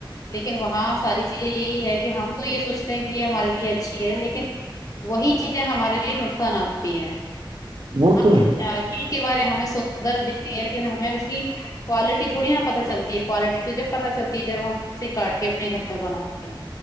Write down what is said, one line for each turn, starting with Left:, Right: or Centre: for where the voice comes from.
Left: لیکن وہاں ساری چیزیں یہی ہے کہ ہم تو یہ سوچتے کہ یہ ہمارے لیے اچھی ہے لیکن وہی چیزیں ہمارے لیے نقصانات بھی ہیں
Right: وہ تو ہے
Left: ہم چیز کے بارے ہمیں سندر دھتی ہے لیکن ہمیں اس کی کوالٹی تھوی نا پتتا چلتی ہے کوالٹی تو جب پتا چلتی ہے جب ہم سے کاٹ کے اپنے گھر میں بناتے ہیں